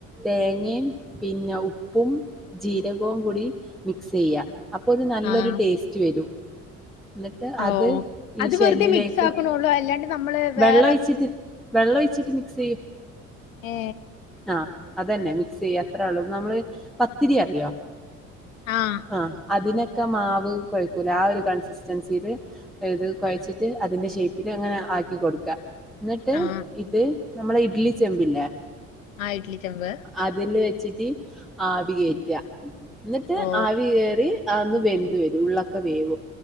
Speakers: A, in the centre; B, on the left.
A: തേങ്ങേം പിന്നെ ഉപ്പും, ജീരകോം കൂടി മിക്സ്സുചെയ്യാ അപ്പൊന്ന് നല്ലൊര്
B: ആഹ്
A: ടേസ്റ്റ് വരും എന്നിട്ട്
B: ഓ
A: അത് ഈ
B: അത്
A: ഷെല്ലിലേക്ക്
B: വെറുതെ മിക്സ് ആക്കണള്ളൂ അല്ലാണ്ട് നമ്മള് വേറെ
A: വെള്ളൊഴിച്ചിട്ട് വെള്ളൊഴിച്ചിട്ട് മിക്സ്സുചെയ്യും
B: ഏ
A: ആ അതന്നെ മിക്സ്സെയ്യാ അത്രെള്ളു നമ്മള് പത്തിരി അറിയൊ
B: ആഹ്
A: ആ അതിനൊക്കെ മാവ് കൊഴക്കൂലെ ആ ഒരു കൺസ് സ്റ്റൻസീവ് ഇത് കൊയച്ചിട്ട് അതിന്റെ ഷൈപ്പില് അങ്ങനെ ആക്കി കൊടുക്കാ എന്നിട്ട്
B: ആഹ്
A: ഇത് നമ്മളെ ഇഡ്ലി ചെമ്പില്ലെ
B: ആഹ് ഇട്ട്ലിചെമ്പ്.
A: അതില് വെച്ചിട്ട് ആവികേറ്റാ. ന്നിട്ട്
B: ഓ
A: ആവികേറി അതൊന്ന് വെന്ത് വരും ഉള്ളൊക്കെ വേവും.